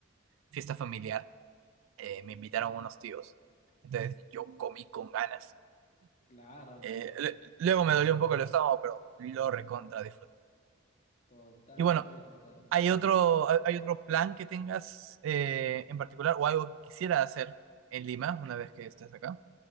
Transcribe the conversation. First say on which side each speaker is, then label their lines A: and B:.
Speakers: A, on the right (about 70°); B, on the left (about 35°).
A: fiesta familiar, eh, me invitaron unos tíos, entonces yo comí con ganas.
B: claro,
A: Eh,
B: Dios,
A: le- luego me dolió un poco el estómago, pero lo recontra disfruté.
B: totalmente
A: Y bueno,
B: disfrutado.
A: ¿Hay otro, hay hay otro plan que tengas eh, en particular o algo que quisieras hacer en Lima una vez que estés acá?